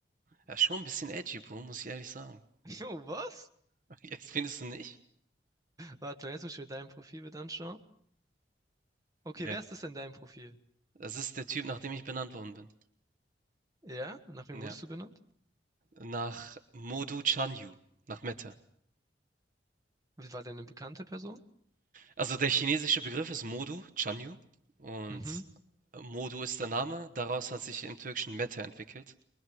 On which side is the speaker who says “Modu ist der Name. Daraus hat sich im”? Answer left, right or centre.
Right